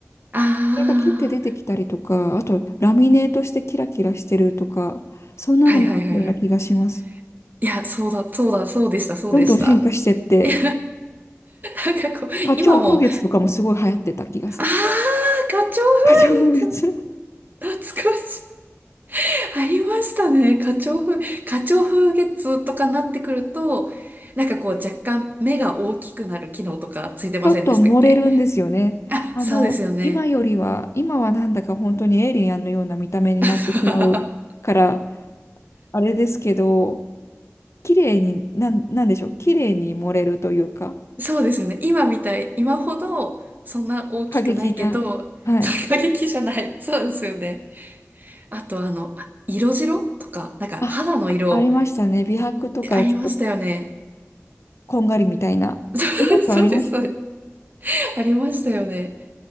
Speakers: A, on the right; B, on the left.
A: ああ、
B: これが切って出てきたりとか、あと、ラミネートしてキラキラしてるとか、そんなのもあったような気がします。
A: はいはいはいはい。いや、そうだ、そうだ、そうでした、そうでした。
B: どんどん進化してって、
A: <laughs> いや、なんかこう、
B: 花鳥風月とかもすごい流行ってた気がする。
A: 今も、ああ、花鳥風
B: 花鳥風月
A: 月、懐かしい。<laughs> ありましたね。花鳥風、花鳥風月とかなってくると、なんかこう若干目が大きくなる機能とかついてませんでしたっけ
B: ちょっと漏れるんですよね。
A: あ、
B: あの、
A: そうですよね。
B: 今よりは、今はなんだか本当にエイリアンのような見た目になってしまうから、
A: <laughs>
B: あれですけど、綺麗に、なん、なんでしょう、綺麗に漏れるというか、
A: そうですよね。今みたい、今ほどそんな大きくないけど、
B: 過激な、はい。
A: <laughs> 過激じゃない。そうですよね。あとあの、あ色白とか、なんか肌の色
B: あ、あありましたね。美白とか、
A: ありましたよね。
B: ちょっとこんがりみたいな。
A: <laughs>
B: そんなことありました。
A: そうそうです、そうです。ありましたよね。